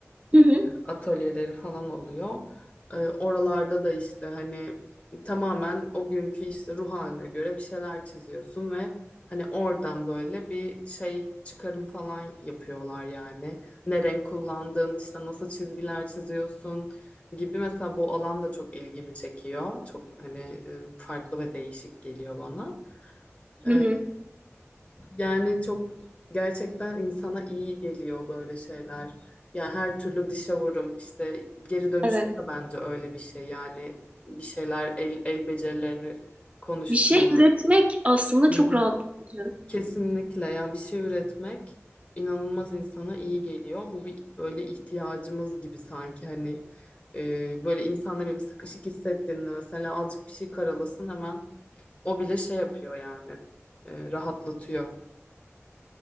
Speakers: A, on the right; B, on the left.
A: Hı hı.
B: atölyeleri falan oluyor. Ee, oralarda da işte hani tamamen o günkü işte ruh haline göre bir şeyler çiziyorsun ve hani oradan böyle bir şey çıkarım falan yapıyorlar yani. Ne renk kullandığın, işte nasıl çizgiler çiziyorsun gibi mesela bu alan da çok ilgimi çekiyor. Çok hani e, farklı ve değişik geliyor bana.
A: Hı
B: Ee,
A: hı.
B: Yani çok gerçekten insana iyi geliyor böyle şeyler. Yani her türlü dışa vurum işte geri dönüşüm
A: Evet.
B: de bence öyle bir şey. Yani bir şeyler el, el becerilerini konuşturmak.
A: Bir şey üretmek aslında çok
B: Hı hı.
A: rahatlatıcı.
B: Kesinlikle yani bir şey üretmek inanılmaz insana iyi geliyor. Bu bir böyle ihtiyacımız gibi sanki hani e, böyle insan ne bileyim sıkışık hissettiğinde mesela azıcık bir şey karalasın hemen o bile şey yapıyor yani e, rahatlatıyor.